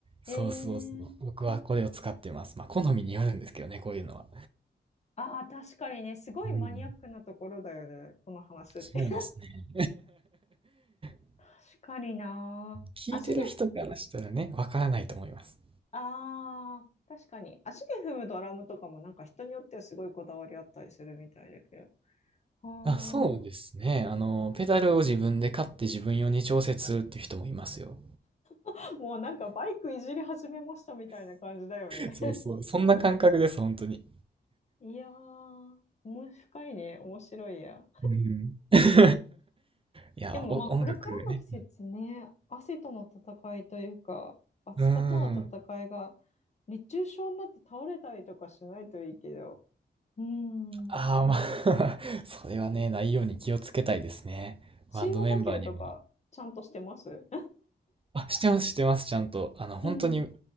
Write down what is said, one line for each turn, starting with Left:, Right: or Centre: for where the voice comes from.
Left: ええ
Right: そうそうそう。僕はこれを使ってます。まあ、好みによるんですけどね、こういうのは。
Left: ああ、確かにね、すごいマニアックなところだよね、
Right: うん、
Left: この話って。
Right: そうですね。<laughs>
Left: <laughs> 確かにな。
Right: 聞いてる人からしたらね、
Left: 足で、
Right: わからないと思います。
Left: ああ、確かに。足で踏むドラムとかもなんか人によってはすごいこだわりあったりするみたいだけど。あ
Right: あ、そうですね。あの、ペダルを自分で買って自分用に調節するっていう人もいますよ。
Left: あ、もうなんかバイクいじり始めましたみたいな感じだよね。
Right: そうそう。そんな感覚です、本当に。
Left: <laughs> いやー、面白いね、面白いや。
Right: うん。<laughs> いや、
Left: でもまあこれからの季節ね、
Right: お、音楽ね。
Left: 汗との戦いというか、暑さとの戦いが
Right: うん。うん。うん
Left: 熱中症になって倒れたりとかしないといいけど、うん、
Right: ああー、まあ <laughs> それはね、ないように気をつけたいですね。
Left: 水分補給とかちゃんとしてます
Right: バンドメンバーにも。あ、してます、してます、ちゃんと。あの、本当に
Left: <laughs> うん。